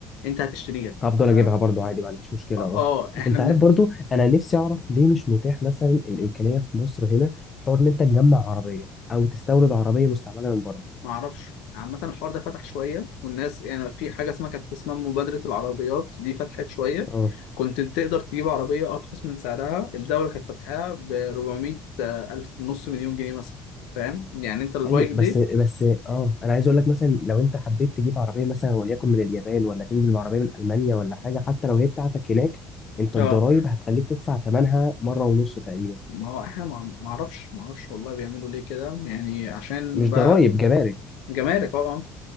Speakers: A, on the left; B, on the left.
A: أنت هتشتريها
B: هفضل
A: ف...
B: اجيبها برضو عادي ما عنديش مشكله
A: آه
B: اه
A: إحنا
B: انت
A: من...
B: عارف برضو انا نفسي اعرف ليه مش متاح مثلا الامكانيه في مصر هنا حوار ان انت تجمع عربيه او تستورد عربيه مستعمله من بره
A: معرفش عامة الحوار ده فتح شوية والناس يعني في حاجة اسمها كانت اسمها مبادرة العربيات دي فتحت شوية
B: اه
A: كنت تقدر تجيب عربية أرخص من سعرها الدولة كانت فاتحاها ب 400 ألف نص مليون جنيه مثلا فاهم يعني أنت البايك
B: ايوه
A: دي
B: بس بس اه انا عايز اقول لك مثلا لو انت حبيت تجيب عربيه مثلا وليكن من اليابان ولا تنزل بعربيه من المانيا ولا حاجه حتى لو هي بتاعتك هناك انت الضرايب
A: اه
B: هتخليك تدفع ثمنها مره ونص تقريبا
A: ما هو احنا ما ما اعرفش ما اعرفش والله بيعملوا ليه كده يعني عشان
B: مش
A: بقى
B: ضرايب جمارك
A: جمارك اه آه.